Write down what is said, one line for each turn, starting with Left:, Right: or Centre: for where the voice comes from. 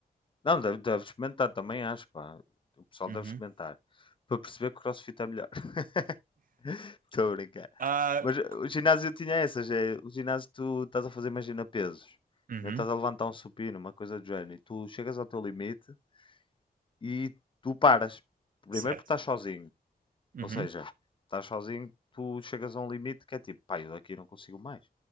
Left: Não, deve, deve experimentar também, acho, pá. O pessoal
Right: Uhum.
Left: deve experimentar. Para perceber que o CrossFit é melhor. <laughs> Estou a brincar.
Right: Ah,
Left: Mas eh,
Right: c-
Left: o ginásio tinha essas, é, o ginásio tu estás a fazer, imagina, pesos,
Right: uhum,
Left: né, estás a levantar um supino, uma coisa do género, e tu chegas ao teu limite e tu paras. Primeiro
Right: certo.
Left: porque estás sozinho,
Right: Uhum.
Left: ou seja, estás sozinho, tu chegas a um limite que é tipo, pá, eu daqui não consigo mais.